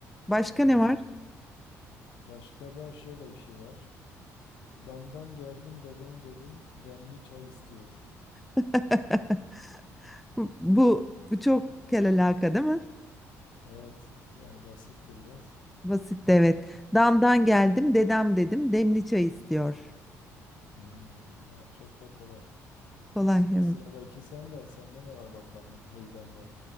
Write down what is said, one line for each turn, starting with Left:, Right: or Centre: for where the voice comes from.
Centre: Başka
Left: Ee,
Centre: ne var?
Left: başka da şöyle bir şey var. Damdan geldim dedem dedim demli çay istiyor.
Centre: <laughs> Bu bu çok kelalaka değil mi?
Left: Evet yani basit de biraz.
Centre: Basit de evet. Damdan geldim, dedem dedim. Demli çay istiyor.
Left: Hmm, evet çok da kolay.
Centre: Kolay
Left: Şimdi
Centre: evet.
Left: sıradaki sende. Sende ne var bakalım hey bende.